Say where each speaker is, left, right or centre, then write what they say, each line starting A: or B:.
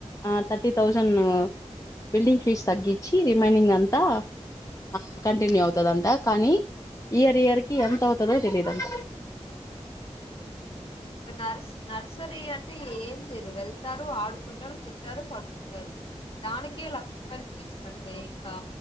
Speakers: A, on the left (about 30°); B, on the left (about 50°).
A: ఆ థర్టీ థౌసంన్ బిల్డింగ్ ఫీజు తగ్గించి రిమైనింగ్ అంతా ఆ కంటిన్యూ అవుతదంట కానీ ఇయరియర్కి ఎంతవుతదో తెలీదంట
B: నర్స్ నర్సరీ అంటే ఏం చేయరు వెళ్తారు ఆడుకుంటారు తింటారు పడుకుంటారూ దానికే లక్ష రూపాయలు ఫీజు కట్ ఏంకా